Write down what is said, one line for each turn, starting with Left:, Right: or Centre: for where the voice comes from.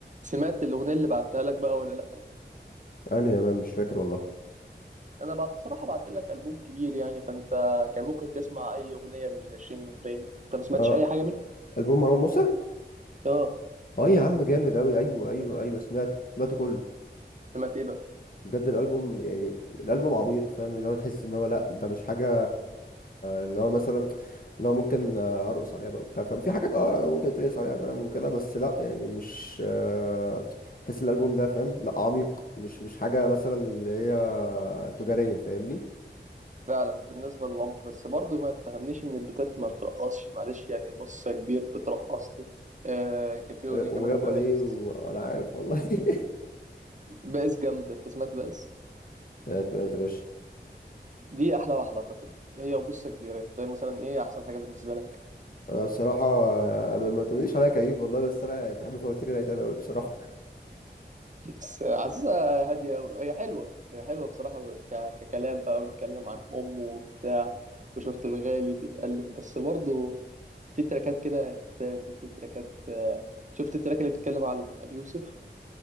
Right: سمعت الأغنية اللي بعتها لك بقى ولا لأ؟
Left: أنا أمان مش فاكر والله
Right: أنا بعت صراحة بعت لك ألبوم كبير يعني فأنت كان ممكن تسمع أي أغنية من العشرين أغنية، أنت ما سمعتش
Left: آه
Right: أي حاجة منهم؟
Left: ألبوم مروان موسى
Right: آه
Left: اه يا عم جامد أوي أيوه أيوه أيوه سمعته سمعته كله
Right: سمعت إيه بقى؟
Left: بجد الألبوم يعني الألبوم عميق فاهم اللي هو تحس إن هو لأ ده مش حاجة اللي هو مثلا اللي هو ممكن آه، أرقص عليها بقى وبتاع فاهم في حاجات اه ممكن ترقص عليها فاهم وكده بس لأ يعني مش آه، تحس الألبوم ده فاهم لأ عميق مش مش حاجة مثلا اللي هي تجارية فاهمني
Right: فعلا بالنسبة للعمق بس برضه ما تفهمنيش إن البتات ما بترقصش معلش يعني بص يا كبير بترقصني آه كان في أغنية
Left: ويابا
Right: كمان بائس
Left: ليه وأنا عارف والله <laughs>
Right: بائس جامدة أنت سمعت بائس؟
Left: هات يا باشا
Right: دي أحلى واحدة أعتقد هي وبص يا كبير أنت مثلا إيه أحسن حاجة بالنسبة لك؟
Left: انا بصراحه يعني ما ما تقوليش عليا كئيب والله بس انا يعني بحب فواتير الايتام قوي بصراحه
Right: بس عزيزة هادية أوي. هي حلوة هي حلوة بصراحة ك... ككلام بقى وبيتكلم عن أمه وبتاع وشفت الغالي بيتألم بس برضه في تراكات كده هتات وفي تراكات آه، شفت التراك اللي بيتكلم عن أبي يوسف